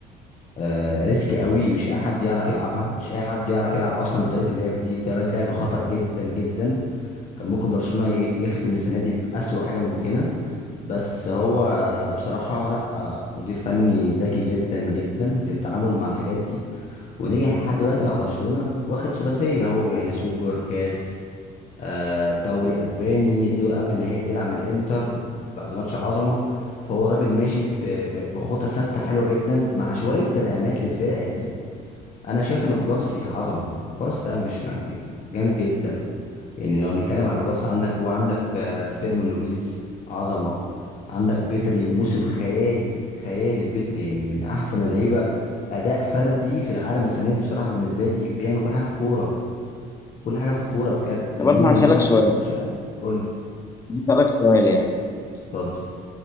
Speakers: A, on the left (about 45°); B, on the left (about 20°).
A: آه، ريسك قوي مش اي حد يعرف يلعبها مش اي حد يعرف يلعب اصلا طريقه اللعب دي طريقه لعب خطر جدا جدا كان ممكن برشلونه ي- يختم السنه دي باسوا حاجه ممكنه بس هو آه، بصراحة لا آه، مدير فني ذكي جدا جدا في التعامل مع الحاجات دي ونجح لحد دلوقتي مع برشلونة واخد ثلاثية هو يعني سوبر كاس آه، دوري اسباني الدور قبل نهائي طلع من الانتر بعد ماتش عظمة فهو الراجل ماشي ب- ب- بخطى ثابتة حلوة جدا مع شوية تدعيمات للفرقة دي انا شايف ان كوبارسي عظمه كوبارسي ده مش ما- يعني جامد جدا يعني لو هنتكلم على كوبارسي عندك وعندك آه، فيرمين لوبيز عظمه عندك بدري وموسم خيالي خيالي البدري يعني من احسن اللعيبه اداء فردي في العالم السنه دي بصراحه بالنسبه لي بيعمل كل حاجه في الكوره كل حاجه في الكوره بجد لامين
B: طب أنا
A: يامال
B: هسألك سؤال
A: مش عارف قول لي
B: هسألك سؤال يعني
A: اتفضل